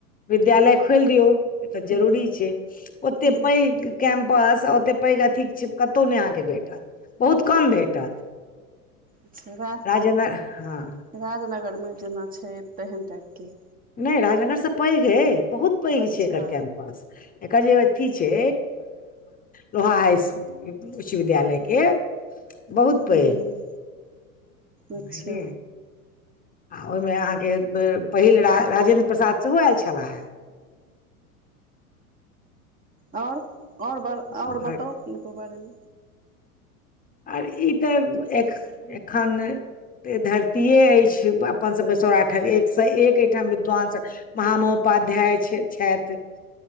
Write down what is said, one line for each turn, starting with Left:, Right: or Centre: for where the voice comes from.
Left: विद्यालय खोलि दियौ ई तऽ
Right: हूँ
Left: जरूरी छै ओते
Right: हूँ
Left: पैघ कैम्पस आ ओतेक पैघ अथी छै कतहु नहि अहाँके भेटत बहुत कम भेटत
Right: अच्छा राज
Left: राजेन्द्र हँ
Right: राजनगरमे जेना छै तेहन टाइपके
Left: नहि राजनगरसँ पैघ अइ बहुत पैघ
Right: अच्छा
Left: छियै एकर कैम्पस एकर जे अथी छै लोहा हाई स्कुल उच्च विद्यालयके
Right: हूँ
Left: बहुत पैघ
Right: हूँ
Left: बझलियै
Right: अच्छा
Left: आ ओहिमे अहाँके पहिल राजेन्द्र प्रसाद सेहो आयल छलाह हे
Right: और और बर
Left: आओर
Right: और बताउ किनको बारेमे
Left: आर ई तऽ एख एखन धरतीे अछि अपनसभके सौराठक एकसँ एक एहिठाम विद्वानस महामहोपाध्याय छै छथि